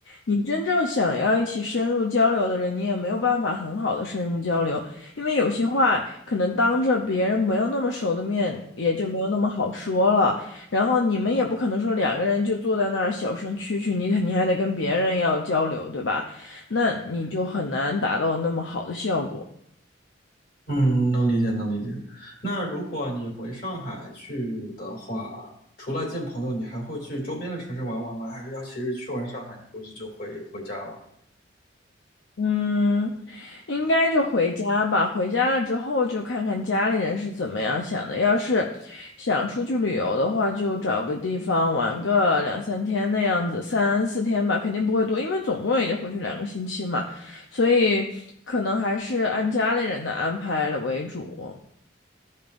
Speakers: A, on the left (about 75°); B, on the left (about 50°).
A: 你真正想要一起深入交流的人，你也没有办法很好的深入交流，因为有些话可能当着别人没有那么熟的面，也就没有那么好说了。然后你们也不可能说两个人就坐在那儿小声蛐蛐，你你还得跟别人要交流，对吧？那你就很难达到那么好的效果。
B: 嗯，能理解，能理解。那如果你回上海去的话，除了见朋友，你还会去周边的城市玩玩吗？还是要其实去完上海，你估计就回回家了？
A: 嗯，应该就回家吧。回家了之后，就看看家里人是怎么样想的。要是想出去旅游的话，就找个地方玩个两三天那样子，三四天吧，肯定不会多，因为总共也就回去两个星期嘛，所以可能还是按家里人的安排了为主。